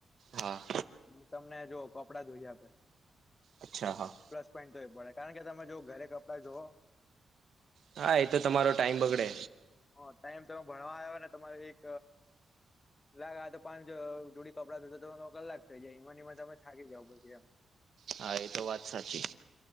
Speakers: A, on the right (about 65°); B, on the left (about 25°).
A: હા.
B: અમ તમને જો કપડા ધોઈ આપે
A: અચ્છા હા
B: પ્લસ પોઈન્ટ તો એ પડે કારણ કે તમે જો ઘરે કપડા ધુઓ
A: હા. એ તો તમારો
B: અહ <unintelligible>
A: ટાઈમ બગડે
B: અહ ટાઈમ તમે ભણવા આવ્યો ને તમાર એક લા લા તો પાંચ જ જોડી કપડાં ધોઓ તો કલાક થઈ જાય. એમા ને એમાં તમે થાકી જાવ પછી એમ.
A: હા એ તો વાત સાચી.